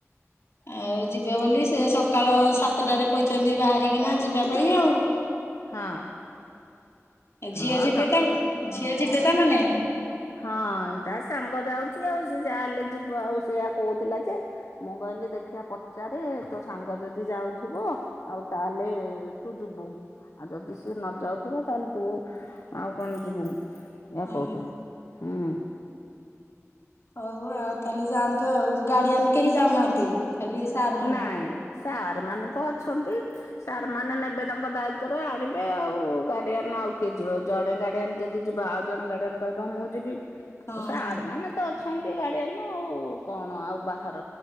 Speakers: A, on the left (about 55°); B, on the left (about 75°).
A: ଆଉ ଯିବେ ବୋଲି ସେ ସକାଳ ସାତଟାରେ କହିଚନ୍ତି ବାହାରିକିନା ଯିବା ପାଇଁ ଆଉ।
B: ହଁ। ହଁ
A: ଝିଅ ଯିବେ
B: ସବୁ
A: ତାନେ ଝିଅ ଯିବେ ତାଲେ ନାଇଁ?
B: ହଁ ତାର ସାଙ୍ଗ ଯାଉଛି ଆଉ ସ ଯାହାହେଲେ ଯିବ ଆଉ ସେଆ କହୁଥିଲା ଯେ ମୁଁ କହିଲି ଦେଖିବା ପଚାରେ ତୋ ସାଙ୍ଗ ଯଦି ଯାଉଥିବ ଆଉ ତାହେଲେ ତୁ ଯିବୁ ଆଉ ଯଦି ସିଏ ନ ଯାଉଥିବ ତାହେଲେ ତୁ ଆଉ କଣ ଯିବୁ ୟ
A: ହଁ।
B: କହୁଥିଲି ହୁଁ।
A: ହଉ ଆଉ ତାହେଲେ ଯାଆନ୍ତୁ ଆଉ ଗାଡିଆନ କେହି ଯାଉନାହାନ୍ତି। ଖାଲି ସାର୍ ମାନେ।
B: ନାଇଁ ସାର୍ ମାନେ ତ ଅଛନ୍ତି। ସାର୍ ମାନେ ନେବେ ତାଙ୍କ ଦାୟିତ୍ବରେ ଆଣିବେ ଆଉ ଗାଡିଆନ ଆଉ କିଏ ଯିବ ଜଣେ ଗାଡିଆାନ ଯଦି ଯିବା ଆଉ ଜଣ ଗାର୍ଡିଆନ କହିବ ମୁଁ ଯିବି।
A: ହଁ
B: ଆଉ ସାର୍ ମାନେ ତ ଅଛନ୍ତି ଗାଡିଆନ ଆଉ କଣ ଆଉ ବାହାର